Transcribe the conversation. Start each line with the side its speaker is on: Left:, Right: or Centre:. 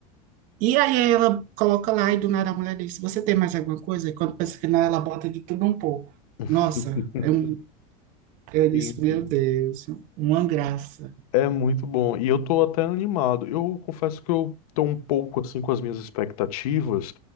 Right: E aí ela coloca lá e do nada a mulher diz: "Você tem mais alguma coisa?" E quando pensa que não, ela bota de tudo um pouco.
Left: <laughs>
Right: Nossa, eu, eu disse,
Left: Sim,
Right: meu
Left: sim.
Right: Deus, uma graça.
Left: É muito bom. E eu tô até animado. Eu confesso que eu tô um pouco assim com as minhas expectativas,